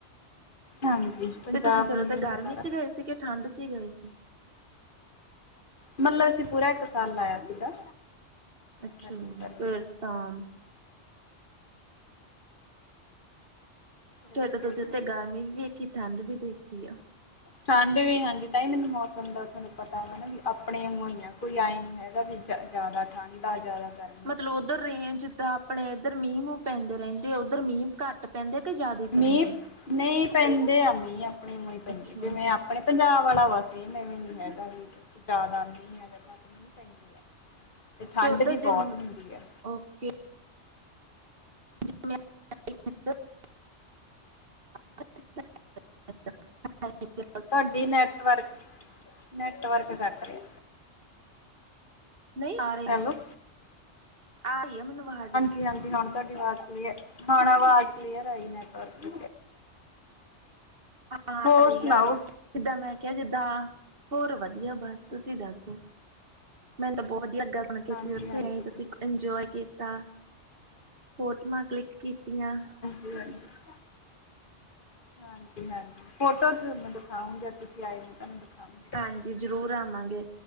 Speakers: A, on the left (about 45°); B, on the right (about 50°).
A: ਹਾਂਜੀ। ਪੰਜਾਬ
B: ਤੇ ਤੁਸੀਂ ਫੇਰ
A: ਨੂੰ
B: ਉਥੇ, ਗਰਮੀ
A: ਹੀ ਆ ਸਾਰਾ
B: ਚ ਗਏ ਸੀ। ਕਿ ਠੰਡ ਚ ਹੀ ਗਏ ਸੀ?
A: ਮਤਲਬ, ਅਸੀਂ ਪੂਰਾ ਇੱਕ ਸਾਲ ਲਾਇਆ ਸੀਗਾ
B: ਅੱਛਾ
A: ਗਰਮੀ ਸਰਦੀ
B: ਫੇਰ ਤਾਂ।
A: ਰਹੇ
B: ਫਿਰ ਤਾਂ ਤੁਸੀਂ
A: ਸੀ
B: ਉੱਥੇ
A: ਅਸੀਂ
B: ਗਾਰਮੀ ਵੀ, ਦੇਖੀ ਠੰਡ ਦੇਖੀ
A: ਠੰਡ ਵੀ ਹਾਂਜੀ, ਤਾਂਹੀ ਮੈਨੂੰ ਮੌਸਮ ਦਾ ਤੁਹਾਨੂੰ ਪਤਾ ਹੈਗਾ ਨਾ, ਵੀ ਆਪਣੇ ਵਾਂਗੂੰ ਹੀ ਆ ਕੋਈ ਆਏ ਨਈ ਹੈਗਾ, ਵੀ-ਵੀ ਜ਼ਿਆਦਾ ਠੰਡ ਆ, ਜ਼ਿਆਦਾ ਗ਼ਰਮੀ ਆ
B: ਮਤਲਬ ਉੱਧਰ ਰੇਜ ਜਿੱਦਾਂ, ਆਪਣੇ ਇੱਧਰ ਮੀਂਹ- ਮੂੰਹ ਪੈਂਦੇ ਰਹਿਦੇ, ਆ ਉੱਧਰ ਮੀਂਹ, ਘੱਟ ਪੈਂਦੇ ਆ ਕਿ ਜ਼ਿਆਦਾ
A: ਮੀਂਹ
B: ਪੈਂਦੇ ਆ
A: ਨਈ ਪੈਂਦੇ ਆ ਮੀਂਹ ਆਪਣੇ ਨੂੰ ਪੈਂਦੇ
B: ਅੱਛਾ
A: ਜਿਵੇਂ, ਹਲੇ ਆਪਣੇ ਪੰਜਾਬ ਵਾਲਾ ਵਾਸਤੇ, ਐਵੇਂ ਨਈ ਹੈਗਾ ਵੀ ਕੁ ਜ਼ਿਆਦਾ ਮੀ ਆ, ਜਾਂ ਘੱਟ ਮੀਂ ਪੈਂਦੀ ਆ ਠੰਡ
B: ਤੇ ਉਧਰ
A: ਵੀ ਬਹੁਤ
B: ਚਲੋ,
A: ਹੁੰਦੀ ਹੈ
B: ਓਕੇ <inaudible> <inaudible> <inaudible>
A: ਤੁਹਾਡੀ ਨੈਟਵਰਕ, ਨੈਟਵਰਕ ਘੱਟ ਰਿਹਾ।
B: ਨਹੀਂ ਆ ਰਿਹਾ
A: ਹੈਲੋ
B: ਏ, ਆ ਰਹੀ ਆ ਮੈਨੂੰ ਆਵਾਜ਼
A: ਕਿ ਹਾਂਜੀ, ਹੁਣ ਤੁਹਾਡੀ ਆਵਾਜ਼ ਕਲੀਅਰ, ਹੁਣ ਆਵਾਜ਼ ਕਲੀਅਰ ਆਈ ਨੈਟਵਰਕ
B: ਆ ਰਹੀ
A: ਹੋਰ
B: ਆ ਰਹੀ
A: ਸੁਣਾਓ
B: ਯਾਰ, ਜਿੱਦਾਂ ਮੈਂ ਕਿਹਾ ਕਿੱਦਾਂ, ਹੋਰ ਵਧੀਆ ਬਸ ਤੁਸੀਂ ਦੱਸੋ? ਮੈਨੂੰ ਤੇ ਬਹੁਤ ਲੱਗਾ ਸੀ। ਹੁਣ ਕੀਤੀ
A: ਹਾਂਜੀ
B: ਉੱਥੇ
A: ਹਾਂਜੀ
B: ਆਈ ਤੇਤੁਸੀਂ
A: ਵਧੀਆ
B: ਇੰਜੋਏ ਕੀਤਾ, ਫੋਟੋਆਂ ਕਲਿਕ ਕੀਤੀਆਂ
A: ਜ ਹਾਂਜੀ। <inaudible> ਹਾਂਜੀ- ਹਾਂਜੀ ਫੋਟੋ ਤੁਹਾਨੂੰ ਦਿਖਾਉ, ਜਦ ਤੁਸੀਂ ਆਏ ਮੈ ਤੁਹਾਨੂੰ ਦਿਖਾਉਗੇ
B: ਹਾਂਜੀ, ਜ਼ਰੂਰ ਆਵਾਂਗੇ